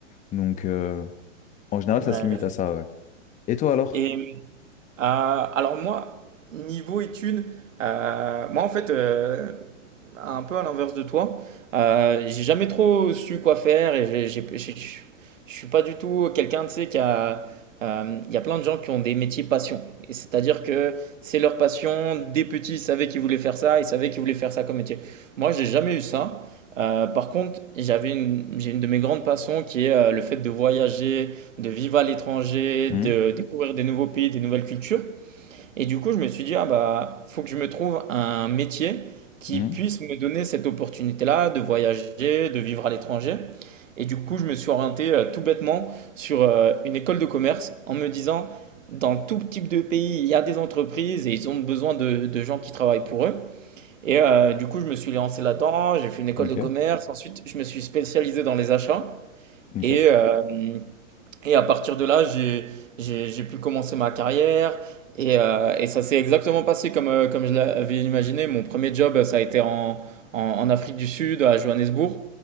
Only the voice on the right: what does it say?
Ouais.
Et Euh, alors moi, niveau études, euh, moi en fait, euh, un peu à l'inverse de toi, euh, j'ai jamais trop su quoi faire et j'ai- j'ai- j'ai- je je suis pas du tout quelqu'un, tu sais, qui a... euh, Il y a plein de gens qui ont des métiers passion. Et C'est-à-dire que c'est leur passion. Des petits, ils savaient qu'ils voulaient faire ça, ils savaient qu'ils voulaient faire ça comme métier. Moi, j'ai jamais eu ça. Euh, par contre, j'avais une, j'ai une de mes grandes passions qui est euh, le fait de voyager, de vivre à l'étranger,
de découvrir des nouveaux pays, des nouvelles cultures. Et du coup, je me suis dit, ah bah, faut que je me trouve un métier qui
puisse me donner cette opportunité-là de voyager, de vivre à l'étranger. Et du coup, je me suis orienté euh, tout bêtement sur euh, une école de commerce en me disant, dans tout type de pays, il y a des entreprises et ils ont besoin de, de gens qui travaillent pour eux. Et euh, du coup, je me suis lancé là-dedans, j'ai fait une école
de commerce, ensuite je me suis spécialisé dans les achats.
Et euh, et à partir de là, j'ai, j'ai, j'ai pu commencer ma carrière. Et, euh, et ça s'est exactement passé comme, euh, comme je l'avais imaginé. Mon premier job, ça a été en, en, en Afrique du Sud, à Johannesburg.